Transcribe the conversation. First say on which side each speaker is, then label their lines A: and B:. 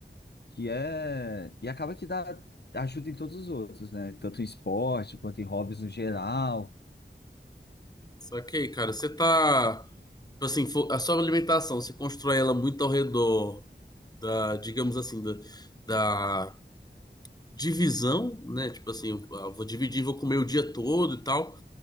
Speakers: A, on the left; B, on the left.
A: que é e acaba que dá ajuda em todos os outros, né? Tanto em esporte quanto em hobbies no geral.
B: Só que aí, cara, você tá. Tipo assim, fo- a sua alimentação, você constrói ela muito ao redor da, digamos assim, da, da divisão, né? Tipo assim, eu ah, vou dividir, vou comer o dia todo e tal,